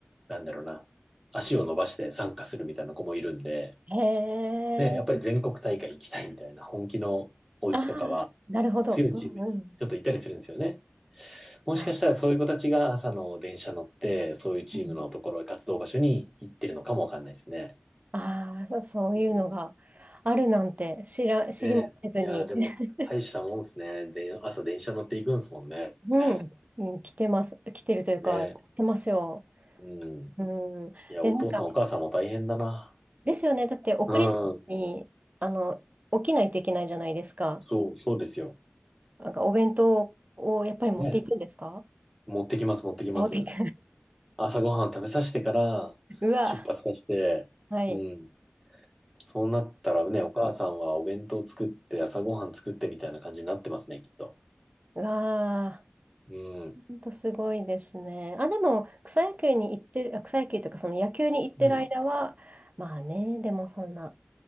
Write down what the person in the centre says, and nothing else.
う、なんだろうな、足を伸ばして参加するみたいな子もいるんで、
ね、やっぱり全国大会行きたいみたいな本気のお家とかは、
強いチームにちょっと行ったりするんですよね。
もしかしたらそういう子たちが朝の電車乗って、
そういうチームのところ、
活動場所に行ってるのかもわかんないですね。
うん。
ねえ。いやー、でも、
大したもんですね。で、朝電車乗っていくんですもんね。
ね
え。
うん。
いや、
お父さんお母さんも大変だな。
うん。
そう、そうですよ。
ねえ。持ってきます、持ってきます。
朝ごはん食べさせてから、
出発させて、
うん。そうなったらね、お母さんはお弁当作って朝ごはん作ってみたいな感じになってますね、きっと。
うん。
うん。